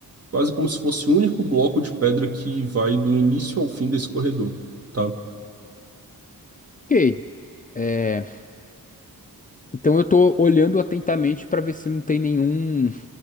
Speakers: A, on the right; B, on the left.
A: quase como se fosse o único bloco de pedra que vai do início ao fim desse corredor, tá?
B: OK. É, então eu tô olhando atentamente para ver se não tem nenhum